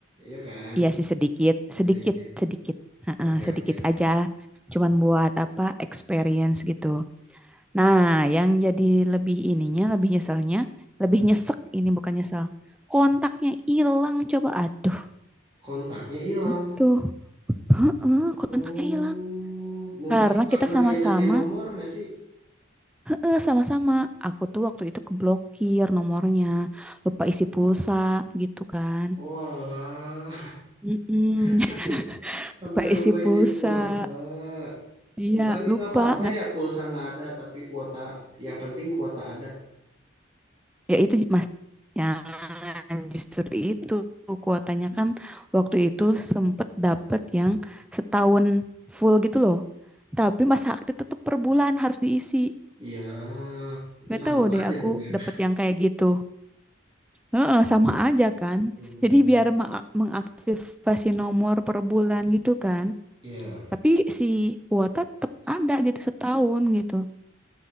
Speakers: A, on the right; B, in the centre.
A: Iya kan?
B: iya sih sedikit sedikit
A: Sedikit.
B: sedikit Heeh,
A: Oke,
B: sedikit
A: oke, oke.
B: aja cuman buat apa experience gitu Nah, yang jadi lebih ininya, lebih nyeselnya, lebih nyesek ini bukan nyesel. Kontaknya hilang coba. Aduh,
A: Kontaknya hilang.
B: gitu. Heeh, kontaknya
A: Oh,
B: hilang.
A: mungkin
B: Karena kita
A: karena
B: sama-sama,
A: dia ganti nomor nggak sih?
B: heeh, sama-sama. Aku tuh waktu itu keblokir nomornya, lupa isi pulsa gitu kan.
A: Walah,
B: Mm-mm,
A: <laughs>
B: <laughs>
A: sampai
B: Lupa isi
A: lupa
B: pulsa.
A: isi pulsa.
B: Iya,
A: Bukannya
B: lupa.
A: nggak apa-apa
B: Nggak
A: ya pulsa nggak ada, tapi kuota yang penting kuota ada.
B: Ya itu Mas. Ya justru itu kuotanya kan waktu itu sempet dapet yang setahun full gitu loh. Tapi masa aktif tetap per bulan harus diisi.
A: Ya itu
B: Gak
A: sama
B: tahu deh
A: aja
B: aku
A: dong ya.
B: dapet yang kayak gitu. Heeh, sama aja kan.
A: Hmm,
B: Jadi biar ma- mengaktifasi nomor per bulan gitu kan.
A: Iya.
B: Tapi si kuota tetap ada gitu setahun gitu.